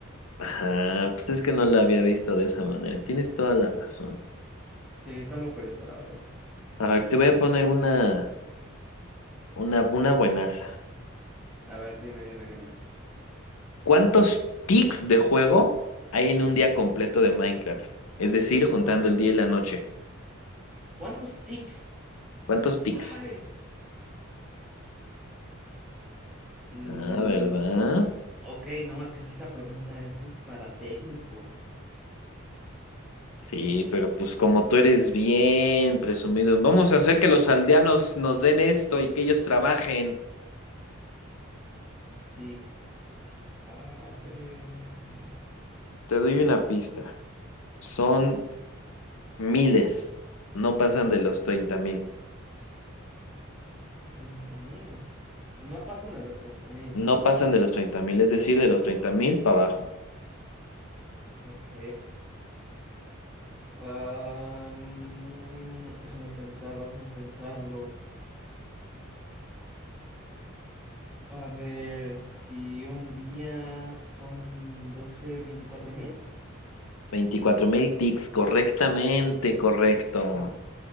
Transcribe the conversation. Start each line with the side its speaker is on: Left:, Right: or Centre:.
Left: ajá, pues es que no la había visto de esa manera. Tienes toda la razón.
Centre: Sí, está muy curioso, la verdad.
Left: A ver, te voy a poner una, una, una buenaza.
Centre: A ver, dime, dime, dime.
Left: ¿Cuántos tics de juego hay en un día completo de Minecraft? Es decir, juntando
Centre: ¿Cuántos,
Left: el día y la noche.
Centre: cuántos tics?
Left: ¿Cuántos tics?
Centre: Ay. mm,
Left: Ah, ¿verdad?
Centre: ok, no, es que si esta pregunta es, es para técnico.
Left: Sí, pero pues como tú eres bien presumido, vamos a hacer que los aldeanos nos den esto y que ellos trabajen.
Centre: Tics. A ver.
Left: Te doy una pista. Son miles. No pasan de los treinta mil.
Centre: Treinta mil. No pasan a los treinta mil.
Left: No pasan de los 30 mil, es decir, de los treinta mil para abajo.
Centre: Ok. Am, déjame pensarlo, déjame pensarlo. A ver, si un día son doce veinticuatro mil.
Left: veinticuatro mil tics, correctamente, correcto.